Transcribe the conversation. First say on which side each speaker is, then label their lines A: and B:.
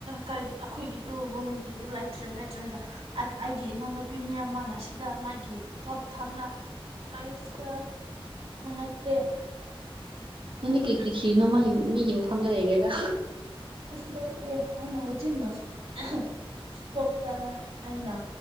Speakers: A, on the right (about 90°); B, on the right (about 60°).
A: ꯀꯔꯤ ꯑꯩꯈꯣꯏꯒꯤꯗꯨ ꯔꯨꯝ ꯂꯩꯇ꯭ꯔꯦ ꯂꯩꯇ꯭ꯔꯦꯗ ꯑꯩꯒꯤ ꯏꯅꯥꯎꯅꯨꯄꯤ ꯃꯤꯌꯥꯝ ꯃꯥꯟꯅꯁꯤꯗ ꯃꯥꯒꯤ ꯄꯣꯠ ꯊꯝꯅ ꯊꯥꯏꯁ ꯅꯣꯡꯉꯥꯏꯇꯦ
B: ꯅꯪꯅꯦ ꯀꯔꯤ ꯀꯔꯤ ꯁꯤꯔꯤꯅꯣ ꯃꯥꯒꯤ ꯃꯤꯒꯤ ꯃꯐꯝꯗ ꯂꯩꯈ꯭ꯔꯦꯒ
A: <unintelligible> ꯏꯁꯄꯣꯛꯇ ꯑꯩꯅ